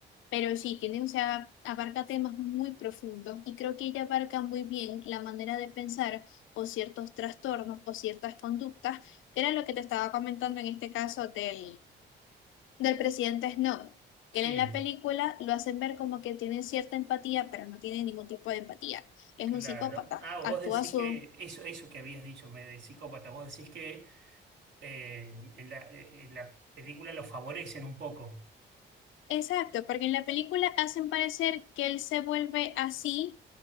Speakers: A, on the left (about 80°); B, on the right (about 70°).
A: Pero sí, tiene, o sea, abarca temas muy profundos y creo que ella abarca muy bien la manera de pensar o ciertos trastornos o ciertas conductas, que era lo que te estaba comentando en este caso del, del presidente Snow,
B: Sí,
A: que él en la película lo hacen ver como que tiene cierta empatía, pero no tiene ningún tipo de empatía. Es
B: claro.
A: un psicópata,
B: Ah, vos
A: actúa
B: decís
A: a su,
B: que eso, eso que habías dicho, me de psicópata, vos decís que eh, en la, eh, en la película lo favorecen un poco.
A: Exacto, porque en la película hacen parecer que él se vuelve así